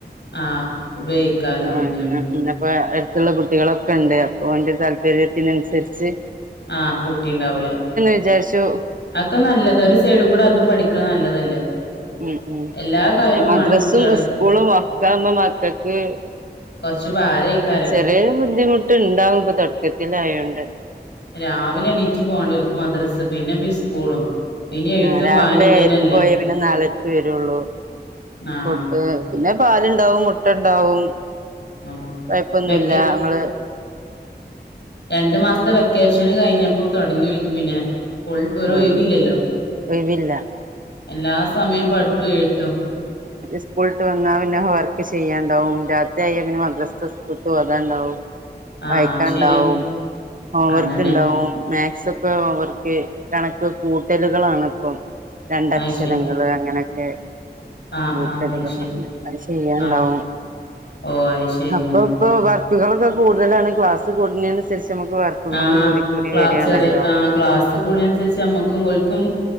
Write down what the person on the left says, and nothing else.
ആഹ് ഉപ ക്കാലോ
ഉം
ആഹ് കൂട്ടിണ്ടാവൂലേ
അതക്കെ നല്ലതാ ഒരു സൈഡി കൂടെ അതും പഠിക്കാ, നല്ലതല്ലേ.
എല്ലാ കഴിവും
വേണം കുട്ടികള്
കൊറച്ച് ഭാരേക്കാരം
രാവിലെ എണീറ്റ് പോണ്ടേ ഓൽക്ക് മദ്രസ്സ പിന്നെ ഇപ്പൊ ഈ സ്കൂളും പിന്നെ എഴുത്തും
വായന ഇതന്നെല്ലേ
ആഹ്
ആഹ്
വെക്ക
രണ്ടു മാസത്തെ വെക്കേഷൻ അച്ഛന് കഴിഞ്ഞപ്പോ തൊടങ്ങി ഓലിക്ക് പിന്നെ ൾ ഒരു ഒഴിവില്ലല്ലോ
എല്ലാ സമയം പഠിത്തവും എഴുത്തും
ആഹ്
ശരിയാ
അതന്നെ
അത് ശരി
ആഹ്
ആഹ് അത് ശരി
ആഹ് ഓ അത് ശരി
ആഹ്
ആ
ക്ലാസ്സ്‌
ചെറിയ ആ ക്ലാസ്സ് കൂടുന്ന അനുസരിച്ച് ഞമ്മക്കും ഓല്ക്കും